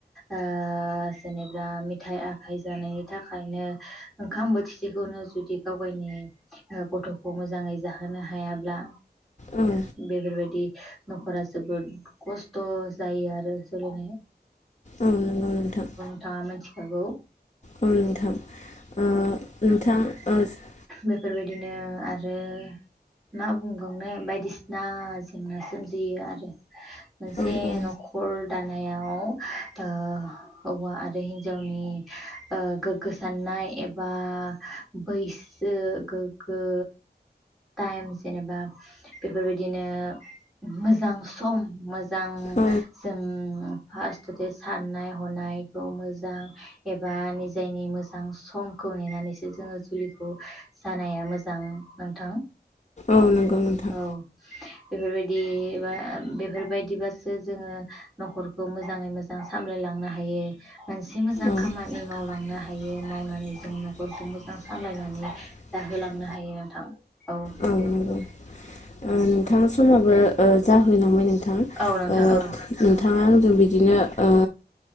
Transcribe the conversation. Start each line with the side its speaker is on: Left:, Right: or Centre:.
Centre: ओ जेनेब्रा मित थाइ आखाइ जानायनि थाखायनो ओंखाम बोथिसेखौनो जुदि गाव गावनि ओ गथ'खौ मोजाङै जाहोनो हायाब्ला
Left: उम
Centre: बेफोरबायदि न'खरा जोबोद खस्थ' जायो आरो सोलिनो।
Left: औ नंगौ नोंथां।
Centre: थांआ मोनथिखागौ।
Left: औ नोंथां ओ नोंथां ओ ज
Centre: बेफोरबायदिनो आरो मा बुंबावनो बायदिसिना जेंना सोमजियो आरो। मोनसे
Left: औ औ
Centre: न'खर दानायाव ओ हौवा आरो हिन्जावनि ओ गोग्गो साननाय एबा बैस सो गोग्गो टाइम जेनेबा बेफोरबायदिनो मोजां सम मोज जां
Left: औ
Centre: जों फास्थ'थे साननाय हनायखौ मोजां एबा निजायनि मोजां समखौ नेनानैसो जोङो जुलिखौ जानाया मोजां नोंथां।
Left: औ नंगौ नोंथां।
Centre: औ। बेफोरबायदि बा बेफोरबायदिबासो जोङो न'खरखौ मोजाङै मोज जां सामलायलांनो हायो। मोनसे मोजां
Left: औ नंगौ
Centre: खामानि मावलांनो हायो मावनानै जों न'खरखौ मोजां सामलायनानै जाहोलांनो हायो नोंथां। औ
Left: औ नंगौ ओ नोंथां समाबो ओ जाहैलांबाय नों थां
Centre: औ नोंथां
Left: ओ
Centre: औ
Left: नोंथाङा आंजों बिदिनो ओ